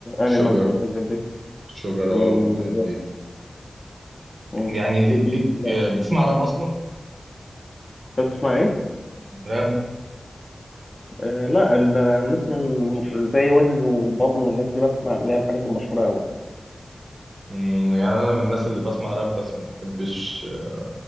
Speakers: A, on the left; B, on the right.
A: أنيمالز
B: شوجر
A: والحاجات دي
B: شوجر
A: مم،
B: اه والحاجات
A: بالظبط
B: دي
A: مم.
B: يعني لي- ليك
A: لا
B: آه، بتسمع راب اصلا
A: بسمع ايه؟
B: راب
A: آه لا ال- أنا بسمع ال- زي ويجز وبابلو والناس دي بسمع اللي هي الحاجات المشهورة أوي
B: مم، يعني انا من الناس اللي بسمع راب بس ما بحبش آه،